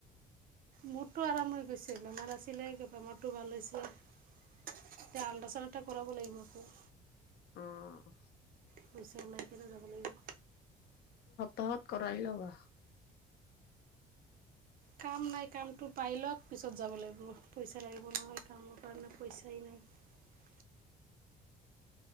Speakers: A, on the right; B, on the left.
A: মোৰতো আৰাম হৈ গৈছে, বেমাৰ আছিলে বেমাৰটো ভাল হৈছে। এতিয়া আলট্ৰা চাউণ্ড এটা কৰাব লাগিব আকৌ।
B: অঁ।
A: পইছা উলাই পেলাই যাব লাগিব।
B: তহত কৰাই লবা।
A: কাম নাই কামটো পাই ল'ক পিছত যাব লাগিব। পইচা লাগিব নহয়, কামৰ কাৰণে পইচাই নাই <unintelligible>